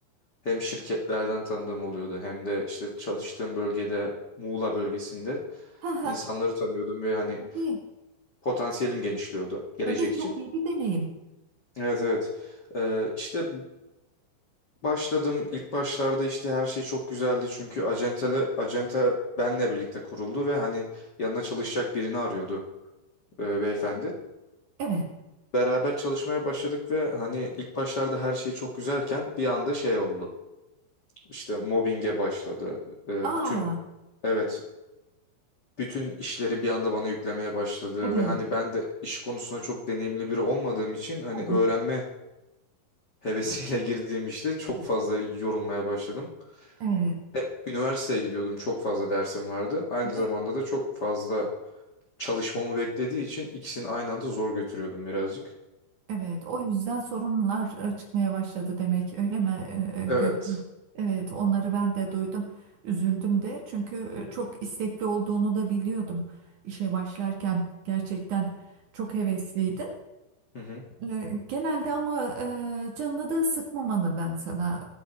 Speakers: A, on the left (about 60°); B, on the right (about 55°).
A: Hem şirketlerden tanıdığım oluyordu hem de işte çalıştığım bölgede Muğla bölgesinde
B: Ha ha.
A: insanları tanıyordum ve hani
B: Tabii.
A: potansiyelim genişliyordu gelecek
B: Tabii çok
A: için.
B: iyi bir deneyim.
A: Evet evet. Ee, işte başladım. İlk başlarda işte her şey çok güzeldi çünkü acentele, acente benle birlikte kuruldu ve hani yanına çalışacak birini arıyordu e, beyefendi.
B: Evet.
A: Beraber çalışmaya başladık ve hani ilk başlarda her şey çok güzelken bir anda şey oldu. İşte mobbinge başladı. Ee,
B: Aa,
A: bütün evet bütün işleri bir anda bana yüklemeye başladı
B: evet.
A: ve hani ben de iş konusunda çok deneyimli biri olmadığım için hani
B: Ha
A: öğrenme
B: ha.
A: hevesiyle <laughs> girdiğim işte çok
B: Evet.
A: fazla yorulmaya başladım.
B: Evet.
A: Hem üniversiteye gidiyordum çok fazla dersim vardı. Aynı
B: Tabii.
A: zamanda da çok fazla çalışmamı beklediği için ikisini aynı anda zor götürüyordum birazcık.
B: Evet. O yüzden sorunlar e, çıkmaya başladı demek. Öyle mi e, e,
A: Evet.
B: Gökçe? Evet. Onları ben de duydum. Üzüldüm de. Çünkü e, çok istekli olduğunu da biliyordum. işe başlarken gerçekten çok hevesliydin.
A: Hı hı.
B: E, Genelde ama e, canına da sıkmamanı ben sana